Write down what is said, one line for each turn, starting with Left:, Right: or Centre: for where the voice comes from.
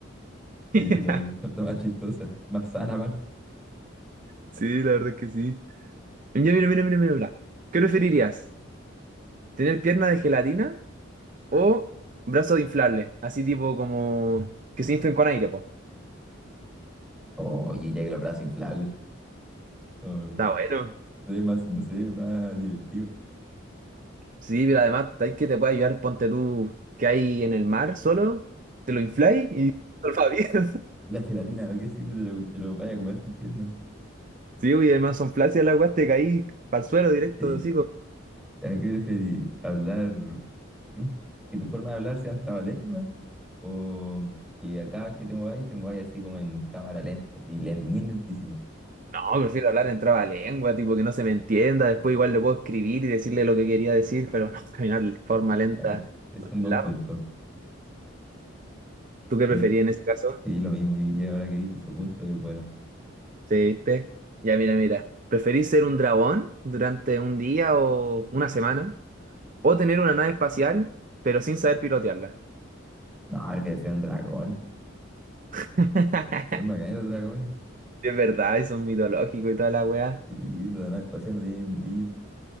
Right: <laughs>
Centre: Sí, igual, está más chistosa, más sana, aparte.
Right: Sí, la verdad es que sí. Mira, mira, mira, mira, mira. mira. ¿Qué preferirías? ¿Tener pierna de gelatina o brazos inflables? Así tipo como que se inflen con aire, pues.
Centre: Oh, yo diría que los brazos inflables. Oh, no.
Right: Está bueno.
Centre: Se ve más, se ve más divertido.
Right: Sí, pero además hay que te puede ayudar, ponte tú que hay en el mar solo, te lo infláis y todo el <laughs>
Centre: ¿Y la gelatina? ¿A qué sirve? Te lo, te lo vaya a comer tus piernas.
Right: Sí, y además son flácidas las weas, te caí para el suelo directo,
Centre: Sí.
Right: así.
Centre: ¿A qué prefieres? ¿Hablar? sin- ¿Que tu forma de hablar sean trabalenguas? ¿O que a cada vez que te mováis, te mováis así como en cámara lenta, así len- muy lentísimo?
Right: No, prefiero hablar en trabalengua, tipo que no se me entienda. Después igual le puedo escribir y decirle lo que quería decir, pero no, <laughs> caminar de forma
Centre: Ah,
Right: lenta
Centre: ah, es- es
Right: por
Centre: un
Right: un
Centre: buen
Right: lado.
Centre: punto.
Right: ¿Tú qué
Centre: Sí,
Right: preferís en ese caso?
Centre: sí, lo mismo diría ahora que viste ese punto, es bueno.
Right: ¿Sí, viste? Ya, mira, mira. ¿Preferís ser un dragón durante un día o una semana? ¿O tener una nave espacial, pero sin saber pilotearla?
Centre: No, prefiero ser un dragón.
Right: <laughs>
Centre: Son bacanes los dragones.
Right: Es verdad, eso es mitológico y toda la weá.
Centre: Sí, los de la nave espacial no tienen ni un brillo.